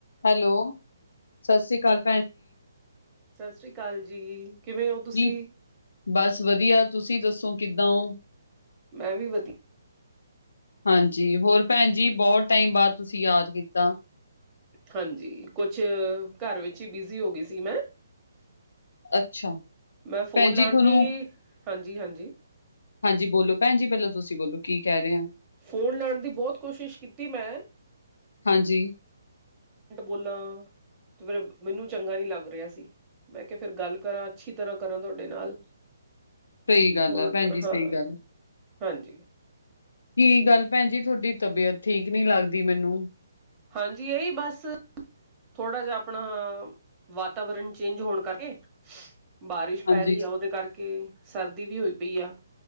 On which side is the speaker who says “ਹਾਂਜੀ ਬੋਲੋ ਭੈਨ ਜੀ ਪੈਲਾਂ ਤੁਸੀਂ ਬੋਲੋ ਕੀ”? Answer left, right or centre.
Left